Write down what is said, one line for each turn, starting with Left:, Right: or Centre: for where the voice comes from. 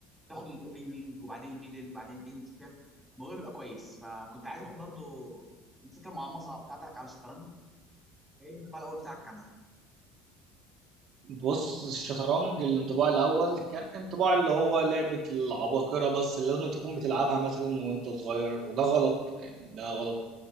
Centre: تاخد الاوبننج وبعدين الميدل وبعدين الاند كده الموضوع بيبقى كويس فكنت عايز اخد برضو الفكره المعمقه بتاعتك على الشطرنج ايه الانطباع الاول بتاعك عنها
Right: بص الشطرنج الانطباع الأول كان انطباع اللي هو لعبة العباقرة بس اللي لازم تكون بتلعبها مثلا وانت صغير وده غلط يعني ده غلط